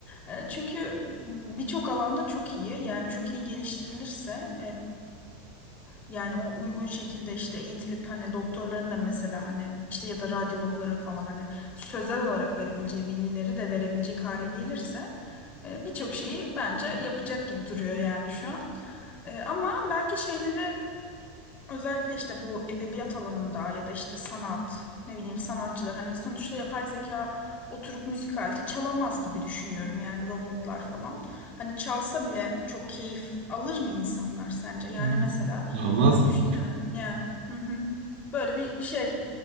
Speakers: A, on the left; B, on the right.
A: E, çünkü birçok alanda çok iyi yani çok iyi geliştirilirse yani o uygun şekilde işte eğitilip hani doktorların da mesela hani işte ya da radyologların falan hani sözel olarak verebileceği bilgileri de verebilecek hale gelirse e, birçok şeyi bence yapacak gibi duruyor yani şu an. E, Ama belki şeyleri Özellikle işte bu edebiyat alanında ya da işte sanat, ne bileyim sanatçılar hani sonuçta yapay zeka oturup müzik aleti çalamaz gibi düşünüyorum yani robotlar falan. Hani çalsa bile çok keyif alır mı insanlar sence? Yani
B: hı.
A: mesela
B: Almaz
A: hani
B: mı?
A: düşünsene yani hı hı, böyle bir şey <laughs>